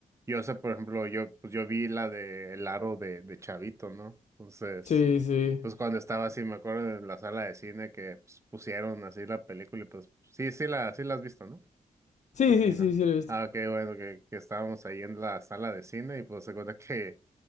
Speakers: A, on the right; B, on the left.
A: yo sé, por ejemplo, yo, pues yo vi la de El Aro de, de Chavito, ¿no? Entonces,
B: Sí, sí.
A: pues cuando estaba así, me acuerdo en la sala de cine que pues, pusieron así la película y pues sí, sí la, sí la has visto, ¿no?
B: Sí,
A: Me imagino.
B: sí, sí, sí, lo he visto.
A: Ah, ok, bueno, que, que estábamos ahí en la sala de cine y pues se cuenta que